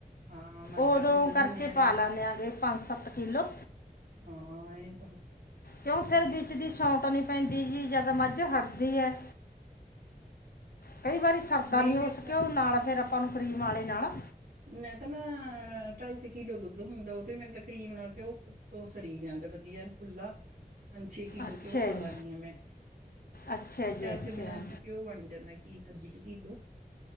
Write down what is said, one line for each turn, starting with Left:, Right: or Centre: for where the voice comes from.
Right: ਹਾਂ ਮੱਝਾਂ
Left: ਉਦੋਂ,
Right: ਦੁੱਧ ਦਿੰਦੀਆਂ
Left: ਕਰਕੇ
Right: ਨੇ
Left: ਪਾ ਲੈੰਦੇ ਆ ਜੀ ਪੰਜ, ਸੱਤ ਕਿਲੋ।
Right: ਹਾਂ, ਐੰ ਈ
Left: ਕਿਉਂ, ਫਿਰ ਵਿੱਚ ਦੀ ਛੌਟ ਨਹੀਂ ਪੈਂਦੀ ਜੀ, ਜਿਆਦਾ ਮੱਝ ਹਟਦੀ ਹੈ। ਕਈ ਵਾਰੀ ਸਰਦਾ
Right: ਨਹੀਂ
Left: ਨੀ,
Right: ਮੇਰੇ
Left: ਉਸ
Right: ਤਾਂ
Left: ਘਿਓ ਨਾਲ, ਫ਼ਿਰ ਆਪਾਂ ਨੂੰ ਕਰੀਮ ਵਾਲੇ ਨਾਲ
Right: ਮੈਂ ਤਾਂ ਨਾ, ਢਾਈ ਕੁ ਕਿਲੋ ਦੁੱਧ ਹੁੰਦਾ, ਉਹ ਤੇ ਮੈ ਤਕਰੀਬਨ ਘਿਓ ਤੋਂ, ਸਰੀ ਜਾਂਦਾ ਵਧੀਆ, ਯਾਰ, ਖੁੱਲਾ ਪੰਜ- ਛੇ ਕਿੱਲੋ
Left: ਅੱਛਾ
Right: ਘਿਓ ਪਾ
Left: ਜੀ
Right: ਲਾਨੀ ਆ ਮੈਂ।
Left: ਅੱਛਾ ਜੀ
Right: ਚਾਰ
Left: ਅੱਛਾ
Right: ਕੁ ਦਿਨਾਂ ਚ, ਈ ਘਿਓ ਬਣ ਜਾਂਦਾ, ਕਿ, ਅੱਧੀ ਕੁ ਕਿਲੋ।